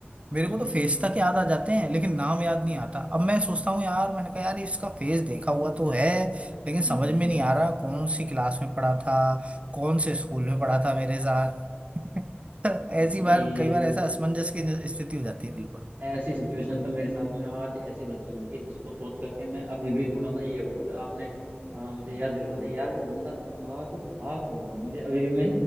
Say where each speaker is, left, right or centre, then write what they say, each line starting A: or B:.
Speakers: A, on the right; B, on the right.
A: मेरे
B: हम्म
A: को तो फेस तक याद आ जाते हैं लेकिन नाम याद नहीं आता अब मैं सोचता हूँ यार मैंने कहा यार इसका फेस देखा हुआ तो है लेकिन
B: हम्म
A: समझ
B: हम्म।
A: में नहीं आ रहा कौन सी क्लास में पढ़ा था कौन से स्कूल में पढ़ा था मेरे साथ <laughs>
B: हम्म,
A: ऐसी
B: भाई ये
A: बार कई बार ऐसा असमंजस की स्थिति हो जाती है बिल्कुल
B: ऐसी सिचुएशन तो मेरे साथ में आज ऐसी बनी है कि जिसको सोच करके मैं अभी भी थोड़ा सा ये हूँ कि आपने हाँ मुझे याद दिलवा दे यार वो बंदा था तो था कौन मुझे अभी भी मैं